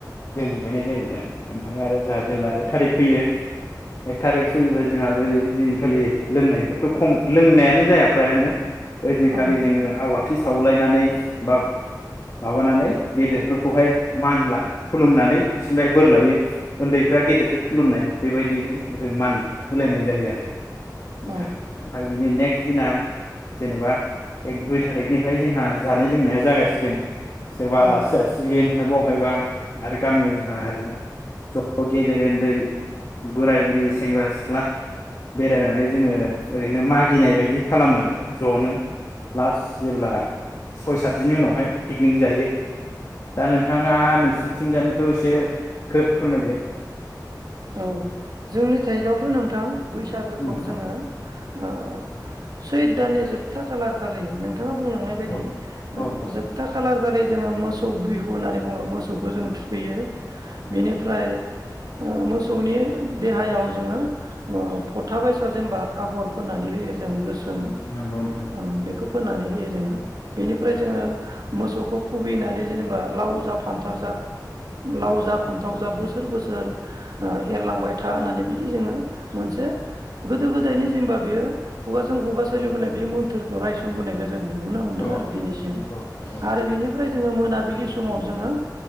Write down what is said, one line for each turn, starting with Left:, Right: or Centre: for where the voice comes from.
Left: बे दुगैनाय जायो नोंथां । ओमफाय आरो जोहा जेब्ला एक थारिख फैयो एक थारिख फैयोब जोंहा जेरै इदिनि खालि लोंनायफोरखौ खम लोंनायानो जाया फ्रायानो ओइदिनखालि
Right: औ
Left: जोङो आवाद थि सावलायनानै बा माबानानै गेदेरफोरखौहाय मान ला खुलुमनानै बिसिनिफाय बोर लायो उन्दैफ्रा गेदेरखौ खुलुमनाय बेबायदिजों जों मान होलायनाय जायो आरो नोंथां
Right: औ
Left: ओमफाय बिनि नेक्स्ट दिना जेनेबा एक दुइ थारिखनिफाय जोंहा जानाय लोंनाया जागायसिगोन । सोरबा
Right: औ
Left: लासि जासिगोन । हब अहायबा आरो गामियाव जोहा आरैनो ज' गेदेर ओन्दै बोराय बुरि सेंग्रा सिख ख्ला बेरायनानै जोङो ओरैनो मागिनाय बायदि खालामो आरो जनो लास जेब्ला सय सातदिननि उनावहाय पिकनिक जायो दा नोंथाङा नोंसिनिथिंजानिखौ एसे खोब फोरमायदो ।
Right: औ जोंनि थाइदआवथ' नोंथां । बैसागोखौ
Left: नोंथां
Right: जोङो ओ सैयद दाननि जोबथा खालारखालि नोंथां बिथाङा बुंलांनाय बायदि
Left: औ औ नोंथां
Right: जोबथा खालार जोङो मोसौ बिहु होननानै बुङो मोसौ। मोसौखौ जों
Left: औ
Right: थुखैयो
Left: नोंथां
Right: बेनिफ्राय ओ मोसौनि देहायाव जोङो फथा बायसा जेनबा आगर फुननानै होयो जों गोसो। जों
Left: नंगौ नोंथां
Right: आ बेखौ फुननानै होयो जोङो। बेनिफ्राय
Left: नंगौ
Right: जोङो
Left: नोंथां
Right: मोसौखौ खुबैनानै जेनेबा लाव जा फानथाव जा लाव जा फान्थाव जा बोसोर बोसोर ओ एरलांबाय था होननानै बिदि जोङो मोनसे गोदो गोदायनि जेनेबा बेयो खुगाजों खुगा सोलिबोनाय बे मोन्थोर। रायसनबोनायखौ जों नुबोनो मोनदों
Left: औ नोंथां
Right: आरो दिनैसिम
Left: औ नोंथां
Right: आरो बेनिफ्राय जोङो मोन फुंबिलि समाव जोङो